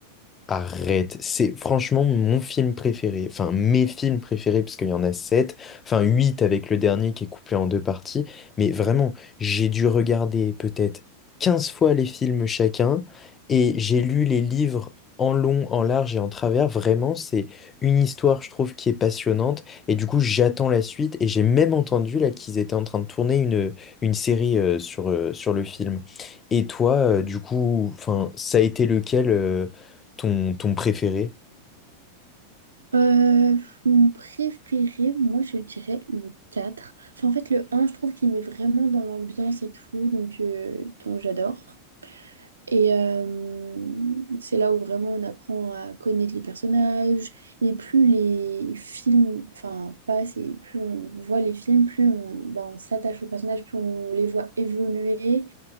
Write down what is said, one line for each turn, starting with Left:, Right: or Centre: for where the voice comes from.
Left: Arrête, c'est franchement mon film préféré, enfin mes films préférés, parce qu'il y en a sept, enfin huit avec le dernier qui est couplé en deux parties, mais vraiment, j'ai dû regarder peut-être 15 fois les films chacun, et j'ai lu les livres en long, en large et en travers, vraiment, c'est une histoire, je trouve, qui est passionnante, et du coup, j'attends la suite, et j'ai même entendu là qu'ils étaient en train de tourner une, une série euh, sur, euh, sur le film. Et toi, euh, du coup, enfin, ça a été lequel? euh, ton, ton préféré?
Right: Euh, mon préféré, moi je dirais le 4. Enfin, en fait, le un, je trouve qu'il met vraiment dans l'ambiance et tout, donc, euh, donc j'adore. Et euh, c'est là où vraiment on apprend à connaître les personnages. Et plus les films, enfin, passent et plus on voit les films, plus on, ben, on s'attache aux personnages, plus on les voit évoluer.